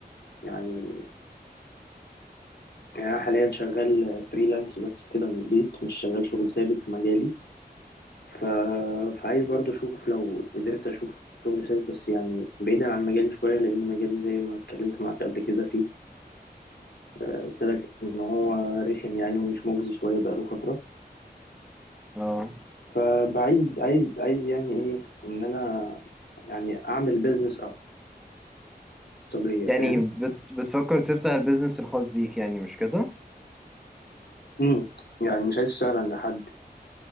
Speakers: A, on the left (about 75°); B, in the centre.
A: يعني يعني أنا حاليا شغال فريلانس بس كده من البيت مش شغال شغل ثابت في مجالي ف... فعايز برضو أشوف لو قدرت أشوف شغل ثابت بس يعني بعيدا عن مجالي شوية لأن مجالي زي ما اتكلمت معاك قبل كده فيه قلت لك ان هو رخم يعني ومش مجزي شويه بقاله فتره
B: اه
A: فبعايز عايز عايز يعني ايه ان انا يعني اعمل بيزنس خاصيه
B: يعني
A: فاهم
B: بت... بتفكر تفتح البيزنس الخاص بيك يعني مش كده
A: امم يعني مش عايز اشتغل عند حد